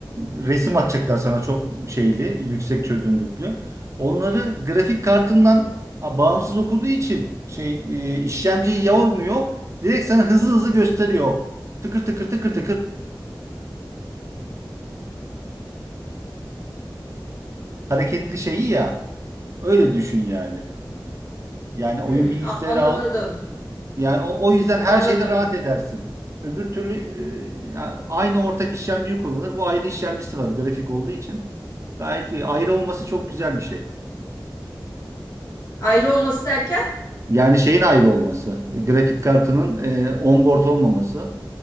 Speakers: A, on the right; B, on the left.
A: resim atacaklar sana çok şeyli, yüksek çözünürlüklü. Onları grafik kartından a, bağımsız okuduğu için şey e, işlemciyi yormuyor. Direkt sana hızlı hızlı gösteriyor. Tıkır tıkır tıkır hareketli şeyi ya. Öyle düşün yani. Yani oyun
B: Hmm,
A: bilgisayarı
B: anladım.
A: al. Yani o, o yüzden her
B: Anladım.
A: şeyde rahat edersin. Öbür türlü e, ya- aynı ortak işlemciyi kullanır. Bu ayrı işlemcisi var grafik olduğu için. Gayet iyi. Ayrı olması çok güzel bir şey.
B: Ayrı olması derken?
A: Yani şeyin ayrı olması. e, Grafik kartının e, onboard olmaması.